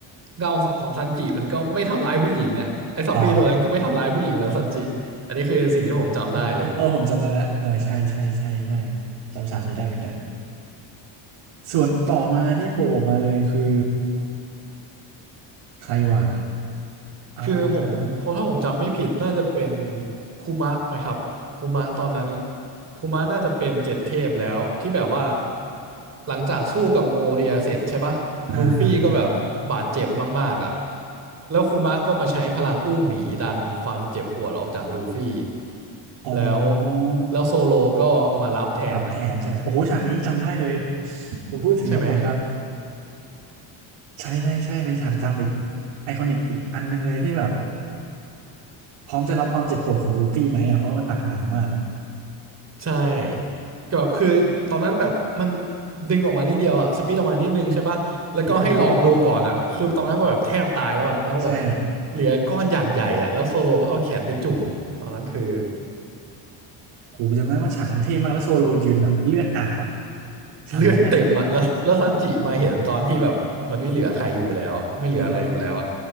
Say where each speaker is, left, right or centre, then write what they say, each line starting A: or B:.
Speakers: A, on the right (about 30°); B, on the right (about 80°).
A: เงาของซันจิมันก็ไม่ทำร้ายผู้หญิงอ่ะไอซอมบี้ตัวนั้นก็ไม่ทำร้ายผู้หญิงเหมันซันจิอันนี้คือสิ่งที่ผมจำได้เลย
B: อ๋อ <laughs> เออผมจำได้ละเออใช่ใช่ใช่ใช่จำฉากนี้ได้เหมือนกันส่วนต่อมาที่โผล่ออกมาเลยคือใครว่าอ่
A: คือผมเพราะถ้าผมจำไม่ผิดน่าจะเป็น
B: า
A: คุมะไหมครับคุมะตอนนั้นคุมะน่าจะเป็นเจ็ดเทพแล้วที่แบบว่าหลังจากสู้กับโมเรียเสร็จใช่ปะลูฟี่ก็แบบบาดเจ็บมากๆอ่ะ
B: อ่าอ่าอ่า
A: แล้วคุมะก็มาใช้พลังอุ้งหมีดันความเจ็บปวดออกจากลูฟี่
B: อ๋อ
A: แล้วแล้วโซโลก็มารับแทนอ่ะ
B: รับแทนใช่ไหมโอ้โหฉากนี้จำได้เลยคุณพูดถึงแล้วผมแบบ
A: ใช่ไหม
B: ใช่ใช่ใช่เป็นฉากจำอีกไอคอนิกอีกอันหนึ่งเลยที่แบบ พร้อมจะรับความเจ็บปวดของลูฟี่ไหมอ่ะเพราะมันหนักหนามากอ่ะ
A: ใช่ก็แบบคือตอนนั้นแบบมันดึงออกมานิดเดียวอะสปีดออกมานิดนึงใช่ปะแล้วก็ให้ลองดูก่อนอะคือตอนนั้นก็แบบแทบตายแล้วอะแล้วแบบ
B: อือหือใช่
A: เหลือก้อนอย่างใหญ่อะแล้วโซโลก็เอาแขนไปจุ่มตอนนั้นคือ
B: โหจำได้ว่าฉากนั้นเท่มากแล้วโซโลยืนแบบเลือดอาบอ่ะฉากนั้นอ่ะ
A: เลือดเต็มอะ <laughs> แล้วแล้วซันจิมาเห็นตอนที่แบบมันไม่เหลือใครอยู่แล้วไม่เหลืออะไรอยู่แล้วอะ
B: เออ